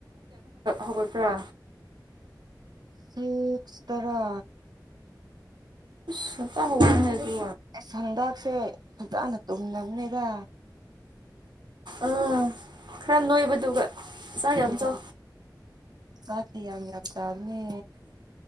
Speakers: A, on the right (about 80°); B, on the right (about 65°).
A: ꯍꯧꯒꯠꯕ꯭ꯔꯥ
B: ꯁꯤꯁꯇꯔꯥ
A: ꯁꯇ ꯍꯅ ꯍꯥꯏ
B: ꯑꯦ ꯍꯟꯗꯥꯛꯁꯦ ꯐꯖꯅ ꯇꯨꯝꯂꯅꯕꯅꯦꯗ
A: ꯎꯝ ꯈꯔ ꯅꯣꯏꯕꯗꯨꯒ ꯆꯥꯛ ꯌꯥꯝ
B: ꯎꯝ
A: ꯆꯥꯎ
B: ꯁꯥꯇꯤ ꯌꯥꯝ ꯌꯥ ꯆꯕꯅꯤ